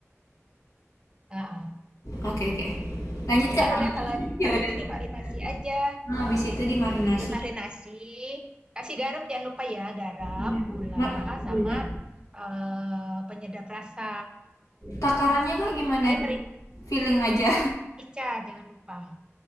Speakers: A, on the right; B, on the left.
A: Heeh.
B: Oke oke. Lanjut Kak,
A: Udah
B: lanjut.
A: udah kalau
B: <laughs> Ya
A: kalau
B: udah.
A: itu dimarinasi aja.
B: Nah, habis itu dimarinasi.
A: dimarinasi, kasih garam jangan lupa ya, garam,
B: Mhm.
A: gula,
B: Mak juga.
A: sama eh, penyedap rasa.
B: Takarannya Kak gimana
A: Saya
B: itu? Feeling aja?
A: merica, jangan lupa.